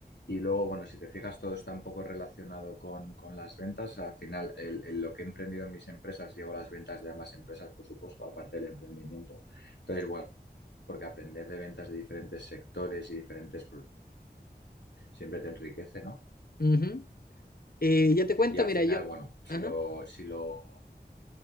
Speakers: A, on the left; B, on the left.
A: Y luego, bueno, si te fijas, todo está un poco relacionado con, con las ventas. Al final, el- el- lo que he emprendido en mis empresas, llevo las ventas de ambas empresas, por supuesto, aparte del emprendimiento. Entonces, bueno, porque aprender de ventas de diferentes sectores y diferentes, pro- siempre te enriquece, ¿no?
B: ujú. Eh, yo te cuento,
A: Y al
B: mira,
A: final,
B: yo...
A: bueno, si
B: Ajá.
A: lo, si lo...